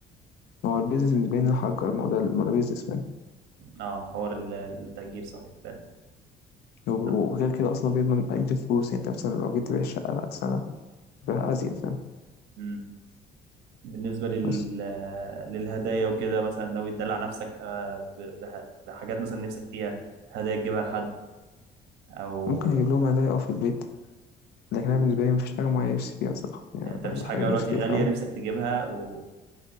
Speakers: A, on the left (about 75°); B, on the right (about 80°).
A: ما هو البيزنس بالنسبة لي إن أنا أأجر ما هو ده ما هو ده بيزنس فاهم
B: اه حوار ال- التأجير صحيح فعلا
A: وب- وغير
B: طب
A: كده أصلا بيضمن قيمة الفلوس يعني أنت مثلا لو جيت تبيع الشقة بعد سنة بيعها أزيد فاهم
B: مم. بالنسبة لل...
A: بس
B: للهدايا وكده مثلا ناوي تدلع نفسك آه، ب... به- بحاجات مثلا نفسك فيها هدايا تجيبها لحد او
A: ممكن أجيب لهم هدايا أه في البيت لكن أنا
B: مم.
A: بالنسبة لي مفيش حاجة معينة نفسي فيها صراحة يعني
B: يعني انت مفيش
A: أنا الحاجة
B: حاجة
A: اللي
B: دلوقتي
A: نفسي فيها فعلا
B: غالية نفسك تجيبها و...